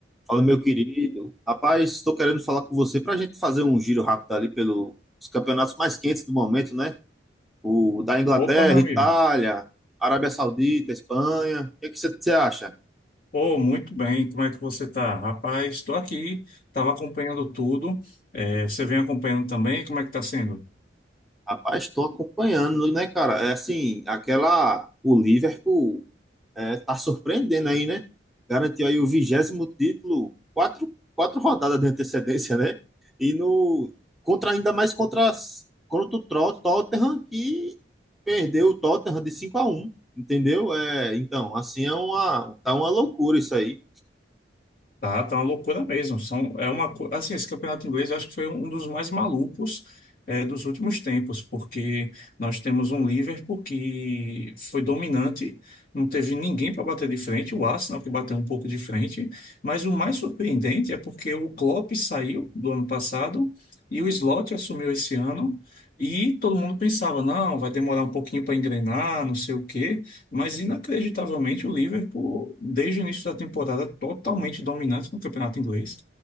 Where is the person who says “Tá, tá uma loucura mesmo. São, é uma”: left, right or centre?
Left